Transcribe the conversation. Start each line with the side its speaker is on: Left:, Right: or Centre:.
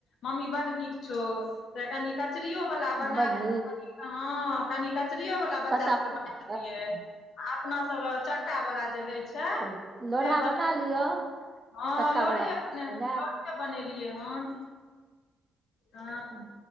Left: मम्मी बट नीक छौ तऽ नै कचरोवला बना
Right: बड्ड
Left: ले
Right: नीक
Left: तऽ कनि हँ कनि कचरियोवला बच्चा
Right: पत्ता
Left: सभके
Right: बनै
Left: बना देलियै
Right: छै?
Left: आ अपना सभ लऽ चक्का वला जे होई छै
Right: चलू लोढ़ा
Left: से बनेल
Right: बना लिअ
Left: ह
Right: चक्का
Left: लोड़ी
Right: वाला
Left: हेब
Right: सब्जी
Left: लो
Right: बनायब
Left: कऽ बनेलियै हन ह
Right: हँ